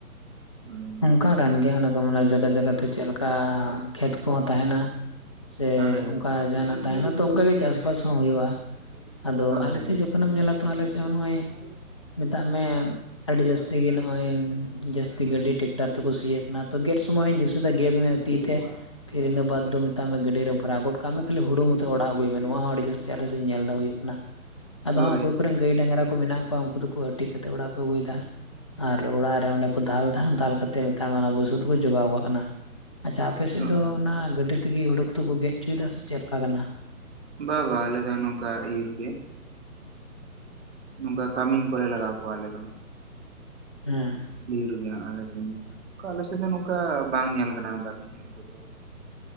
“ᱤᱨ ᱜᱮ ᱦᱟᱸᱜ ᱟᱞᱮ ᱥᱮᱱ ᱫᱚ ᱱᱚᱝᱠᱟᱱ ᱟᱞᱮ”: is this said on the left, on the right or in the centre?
Right